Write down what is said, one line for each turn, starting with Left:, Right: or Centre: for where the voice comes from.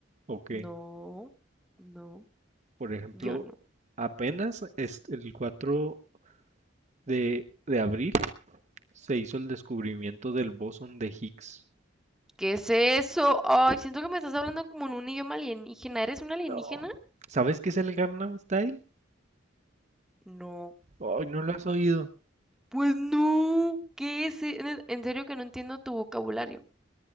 Right: o qué?
Centre: No, no,
Right: Por ejemplo,
Centre: yo no.
Right: apenas es- el 4 de, de abril se hizo el descubrimiento del bosón de Higgs.
Centre: ¿Qué es eso? Ay, siento que me estás hablando como en un idioma alienígena. ¿Eres un alienígena?
Right: No. ¿Sabes qué es el Gangnam Style?
Centre: No.
Right: Ay, no lo has oído.
Centre: Pues no. ¿Qué es? e- En serio que no entiendo tu vocabulario.